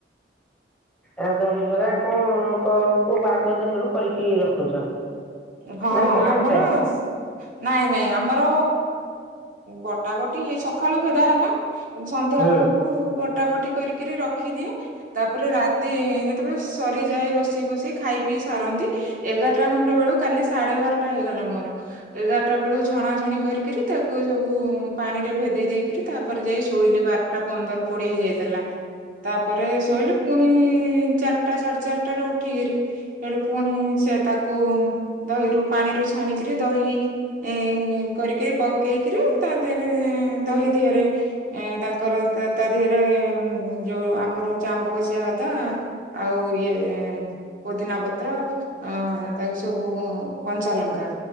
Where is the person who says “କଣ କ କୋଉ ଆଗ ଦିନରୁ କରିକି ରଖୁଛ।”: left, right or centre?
Centre